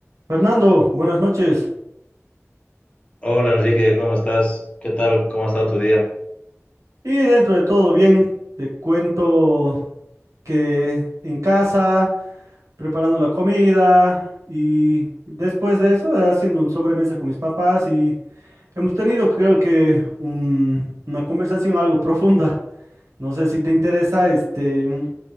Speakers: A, on the right; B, on the left.
A: Fernando, buenas noches.
B: Hola Enrique, ¿cómo estás? ¿Qué tal? ¿Cómo ha estado tu día?
A: Y dentro de todo bien, te cuento que en casa, preparando la comida y después de eso, haciendo un sobremesa con mis papás y hemos tenido creo que un- una conversación algo profunda. No sé si te interesa, este, mm,